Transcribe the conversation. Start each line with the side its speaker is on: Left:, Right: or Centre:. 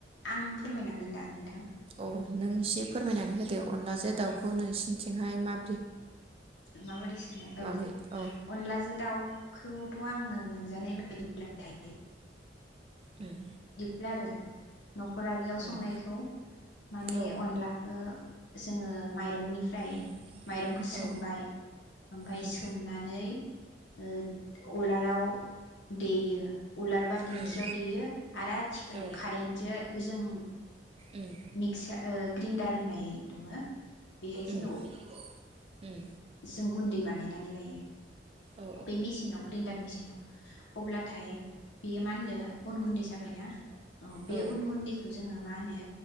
Left: आं फोरमायनांगोन दा। नोंथां।
Right: अ नों एसे फोरमायनानै होदो अनलाजों
Left: औ औ
Right: दाउखौ नोंसिनि आथिंहाय मा
Left: माबोरै सोनो
Right: माबै
Left: औ
Right: औ
Left: अनलाजों दाउखौथ' आङो मोनजानाय बायदि थाय
Right: उम
Left: जादों। न'खरारियाव संनायखौ
Right: उम
Left: माने
Right: औ
Left: अनलाखो जोङो माइ मायरंनिफ्राय
Right: उम
Left: मायरंखौ सोमबाय
Right: औ
Left: ओमफाय
Right: उम
Left: सोमनानै ओ अलाराव लाव देयो। उलार बा दिंखियाव
Right: उम
Left: देयो आरो आथिखालाव
Right: औ
Left: कारेन्टजो जों
Right: उम
Left: मिक्सार ओ ग्रिन्डार होननाय दङो। बेहाय जोङो
Right: उम उम
Left: जों गुन्दै बानायनानै लायो
Right: औ
Left: बे मेसिनाव ग्रेन्डार मेसिनाव अब्लाथाय बियो मा होनदो अन गुन्दै जाबाय ना ओ बे
Right: औ
Left: उन गुन्दैखौ जोङो मा होनो?